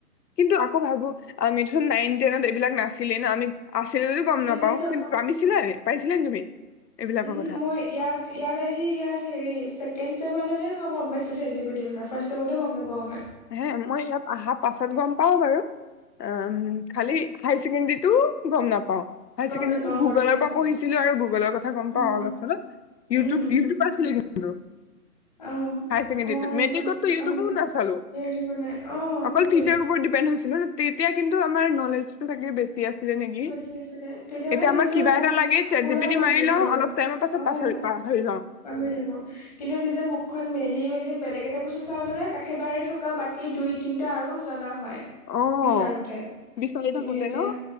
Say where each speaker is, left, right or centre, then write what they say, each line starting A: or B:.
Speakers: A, on the left; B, on the left.
A: কিন্তু আকৌ ভাবো আমিটো ন নাইন টেনত এইবিলাক নাছিলে ন আমি। আছিল যদি গ'ম
B: তেতিয়াতো
A: নাপাওঁ। কিন্তু আমিছিলা পাইছিলা নেকি তুমি। এইবিলাকৰ
B: উম,
A: কথা
B: মই ইয়াত ইয়াত আহি ইয়াত হেৰি ছেকেণ্ড চ মানে মই গ'ম পাইছো হেতিতি ক ফাৰ্ষ্ট টাইমতো গমানাপাওঁ মই।
A: হে মই ইয়াত অহা পাছত গ'ম পাওঁ বাৰু উম, খালি। হাইৰ ছেকেণ্ডৰীতো গ'ম নাপাওঁ। হাই
B: গম
A: ছেকেণ্ডেৰীটো
B: নাপাওঁ
A: গুগলৰ
B: মই তেতিয়া গম
A: পৰা
B: নাপাওঁ।
A: পঢ়িছিলো আৰু গুগলৰ কথা গ'ম
B: উম,
A: পাওঁ অলপ চলপ ইউটিউব
B: উম, উম,
A: ইউটিউব আছিলে কিন্তু।
B: অ',
A: হায় ছেকেণ্ডৰী
B: মই
A: মেট্ৰিকতো
B: অকল
A: ইউটিউবো
B: অ',
A: না চালো।
B: এৰি বনাই অ',
A: অকল
B: সেইটোৱে
A: টিচাৰ ওপৰত ডিপেণ্ড হৈছিল তেতিয়া কিন্তু আমাৰ নলেজ থাকে বেছি আছিলে নেকি
B: বেছি আছিলে তেতিয়া মানে
A: এতিয়া আমাৰ
B: নিজে
A: কিবা
B: বুক
A: এটা লাগে ছাটজিপিত
B: পুৰা
A: দি
B: কমপ্লিট
A: মাৰি লওঁ
B: কৰো
A: অলপ টাইমৰ পাছত
B: অ',
A: পাছ প হয়।
B: পাহৰি থাকো কিন্তু নিজে বুকখন মেলি মেলি বেলেগ কেইটা বস্তু চাওঁ তাৰানে কাশে বাৰে থকা বাকী দুই তিনিটা আৰু জনা হয়
A: অ',
B: বিচাৰোতে
A: বিচাৰি থাকোতে
B: কিন্তু এতিয়া
A: ন?